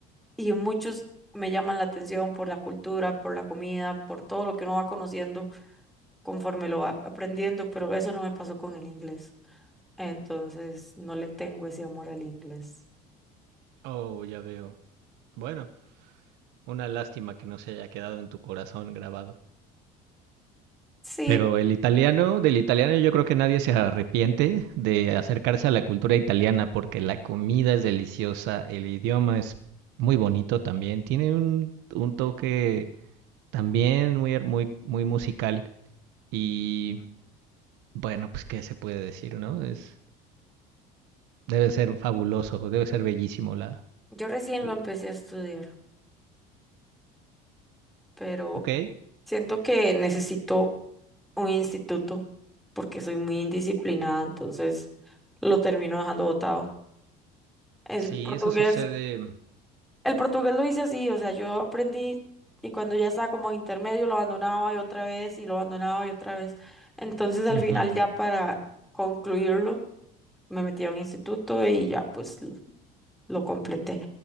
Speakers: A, in the centre; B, on the right.
A: y muchos me llaman la atención por la cultura, por la comida, por todo lo que uno va conociendo conforme lo va aprendiendo, pero eso no me pasó con el inglés. Entonces, no le tengo ese amor al inglés.
B: Oh, ya veo. Bueno. Una lástima que no se haya quedado en tu corazón grabado.
A: Sí,
B: Pero el italiano, del italiano yo creo que nadie se arrepiente de acercarse a la cultura italiana porque la comida es deliciosa, el idioma es muy bonito también, tiene un, un toque también muy, her- muy, muy musical y bueno, pues qué se puede decir, ¿no? Es, debe ser fabuloso, debe ser bellísimo la...
A: Yo recién
B: l-
A: lo empecé a estudiar, pero
B: Ok,
A: siento que necesito un instituto porque soy muy indisciplinada, entonces lo termino dejando botado. El
B: sí,
A: portugués
B: eso sucede.
A: El portugués lo hice así, o sea, yo aprendí y cuando ya estaba como en intermedio lo abandonaba y otra vez y lo abandonaba y otra vez. Entonces al
B: Ujú.
A: final ya para concluirlo me metí a un instituto y ya pues l- lo completé.